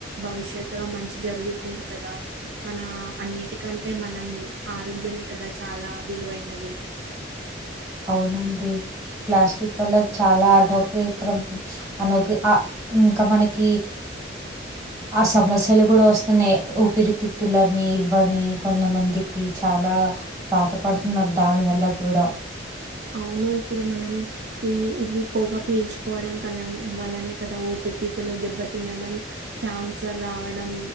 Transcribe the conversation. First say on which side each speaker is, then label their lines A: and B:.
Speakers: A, on the right; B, on the right.
A: భవిష్యత్తులో మంచి మ జరుగుతుంది కదా మన అన్నిటికంటే మనం ఆరోగ్యమే కదా చాలా విలువైనది
B: అవునండి ప్లాస్టిక్ వల్ల చాలా అనౌగ్యకరం అనౌ ఇంకా మనకి ఆ సమస్యలు కూడా వస్తున్నాయి పిరితిత్తులని ఇవ్వని కొంతమందికి చాలా బాధపడుతున్నారు దాని వల్ల కూడా
A: అవును ఇప్పుడు మనం ఈ ఇది పొగా పీల్చుకోవడం కల వలనే కదా ఊపిరితితులు దెబ్బ తినడం క్యాన్సర్ రావడం